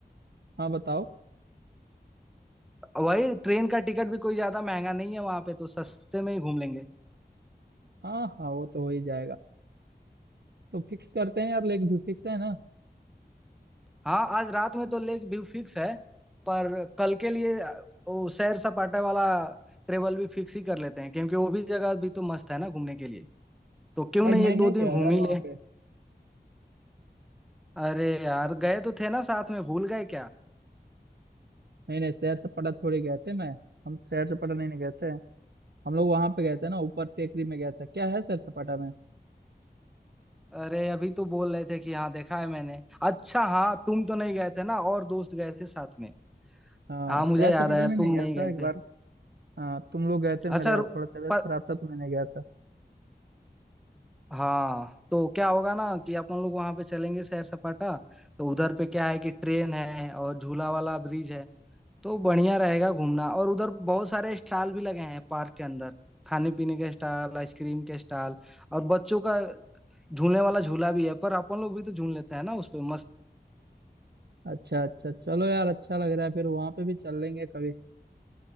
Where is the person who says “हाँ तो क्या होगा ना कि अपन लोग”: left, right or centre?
Centre